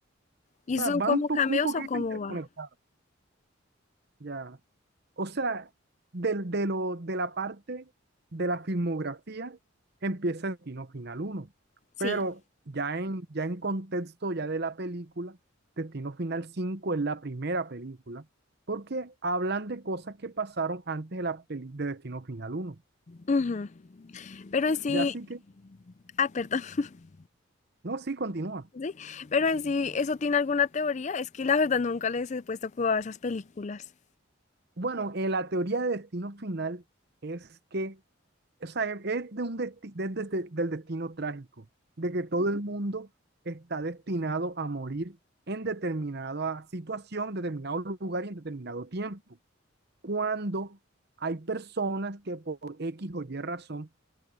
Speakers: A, on the left; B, on the right.
A: ¿Y
B: sea,
A: son
B: van
A: como
B: po-
A: cameos
B: un poquito
A: o cómo
B: interconectados.
A: va?
B: Ya. O sea, del- de, lo, de la parte de la filmografía empieza Destino Final uno
A: Sí.
B: pero ya en, ya en contexto ya de la película, Destino Final cinco es la primera película, porque hablan de cosas que pasaron antes de, la peli- de Destino Final uno
A: Ujú. Pero en sí,
B: Ya así que,
A: ah, perdón. <laughs>
B: no, sí, continúa.
A: Sí, pero en sí, ¿eso tiene alguna teoría? Es que la verdad nunca les he puesto cuidado a esas películas.
B: Bueno, eh, la teoría de Destino Final es que O sea, es es de un desti- de- de- este, del destino trágico, de que todo el mundo está destinado a morir en determinada situación, determinado lugar y en determinado tiempo. Cuando hay personas que por X o Y razón,